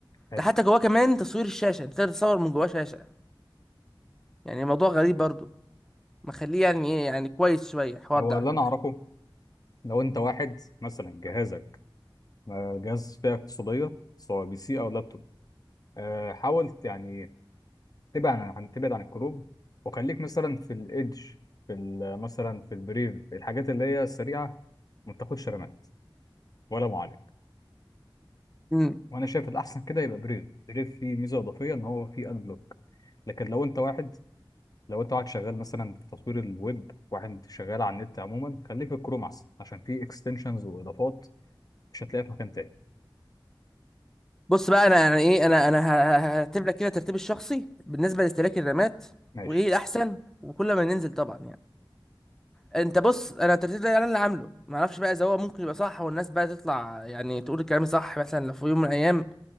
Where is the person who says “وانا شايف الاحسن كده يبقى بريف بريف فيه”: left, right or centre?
Left